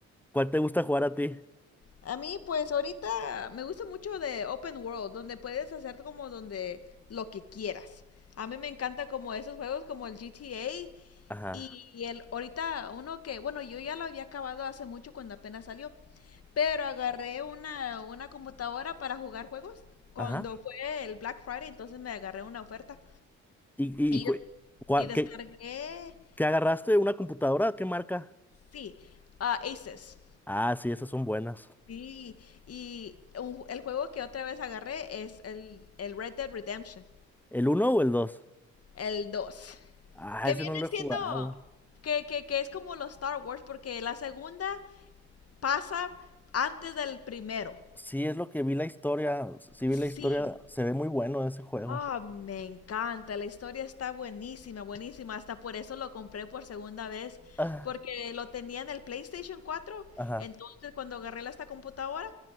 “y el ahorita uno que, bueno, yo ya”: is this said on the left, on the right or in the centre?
Left